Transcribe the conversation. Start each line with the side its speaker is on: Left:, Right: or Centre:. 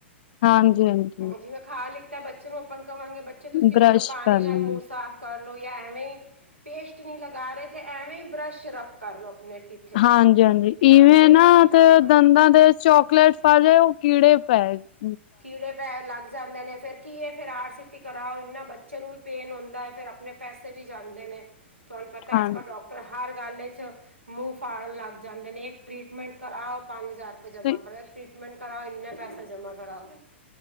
Left: ਹਾਂ! ਹਾਂਜੀ! ਹਾਂਜੀ!
Right: ਹਾਂ, ਜਿਵੇਂ ਖਾ ਲਿੱਤਾ ਬੱਚੇ ਨੂੰ ਆਪਾਂ ਕਹਾਵਾਂਗੇ ਬੱਚੇ ਤੁਸੀਂ
Left: ਬਰੱਸ਼
Right: ਹੁਣ ਪਾਣੀ
Left: ਕਰ
Right: ਨਾਲ
Left: ਲੈਣੀ
Right: ਮੂੰਹ ਸਾਫ਼। ਕਰ ਲੋ, ਜਾਂ ਐਵੇਂ ਹੀ ਪੇਸਟ ਨਹੀਂ ਲਗਾ ਰਹੇ ਤੇ ਐਵੇਂ ਹੀ ਬਰੱਸ਼ ਰਬ ਕਰ ਲੋ ਆਪਣੇ। ਟੀਥੇ 'ਚ
Left: ਹਾਂਜੀ! ਹਾਂਜੀ!
Right: ਹਾਂ
Left: ਇਵੇਂ
Right: ਤੇ ਉਸ
Left: ਨਾ
Right: ਹਾਂ
Left: ਤੇ ਦੰਦਾਂ ਦੇ ਚੋਕਲੇਟ। ਭਲੇ ਉਹ ਕੀੜੇ ਪੈ ਗਏ।
Right: ਕੀੜੇ ਪੈਣ ਲੱਗ। ਜਾਂਦੇ ਨੇ, ਫਿਰ ਕੀ ਇਹ ਫਿਰ ਆਰ ਸੀ ਟੀ ਕਰਾਓ ਇਨਾ ਬੱਚਿਆਂ ਨੂੰ ਵੀ ਪੇਨ ਹੁੰਦਾ, ਫਿਰ ਆਪਣੇ ਪੈਸੇ। ਪੈਸੇ ਵੀ ਜਾਂਦੇ ਨੇ, ਤੁਹਾਨੂੰ ਪਤਾ
Left: ਹਾਂਜੀ
Right: ਅੱਜ ਕੱਲ੍ਹ ਡਾਕਟ ਡਾਕਟਰ ਹਰ ਗੱਲ 'ਚ ਮੂੰਹ ਫਾੜਨ ਲੱਗ ਜਾਂਦੇ ਨੇ, ਇੱਕ ਟ੍ਰਰੀਟਮੈਂਟ ਕਰਾਓ ਪੰਜ ਹਜ਼ਾਰ। ਜਮਾਂ
Left: ਤੇ
Right: ਕਰਾਓ। ਇੱਕ ਟਰੀਟਮੈਂਟ ਕਰਾਓ ਇੰਨੇ ਪੈਸੇ ਜਮਾ ਕਰਾਓ।